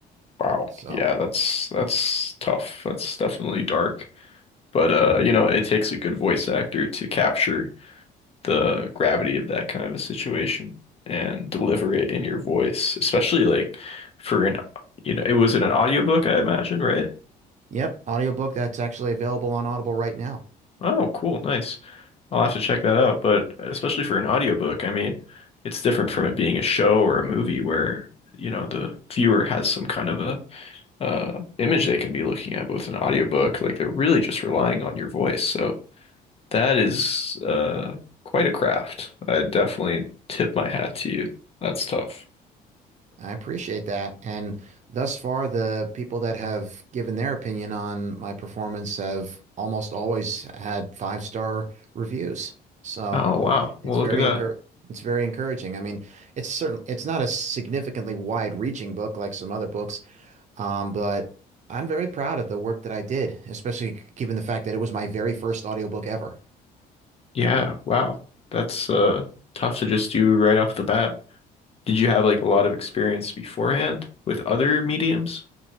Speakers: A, on the left; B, on the right.
A: Wow.
B: So,
A: Yeah, that's that's tough. That's definitely dark. But uh, you know, it takes a good voice actor to capture the gravity of that kind of a situation and deliver it in your voice, especially like for an, you know, it was in an audiobook, I imagine, right?
B: yep, audiobook that's actually available on Audible right now.
A: Oh, cool. Nice. I'll have to check that out. But especially for an audiobook, I mean, it's different from it being a show or a movie where, you know, the viewer has some kind of a uh, image they can be looking at. But with an audiobook, like they're really just relying on your voice. So that is uh, quite a craft. I definitely tip my hat to you. That's tough.
B: I appreciate that. And thus far, the people that have given their opinion on my performance have almost always had five star reviews. So
A: Oh, wow.
B: it's
A: Well,
B: very
A: look at that.
B: encour it's very encouraging. I mean, it's certain it's not a significantly wide reaching book like some other books, um, but I'm very proud of the work that I did, especially given the fact that it was my very first audiobook ever.
A: Yeah, wow. That's uh, tough to just do right off the bat. Did you have like a lot of experience beforehand with other mediums?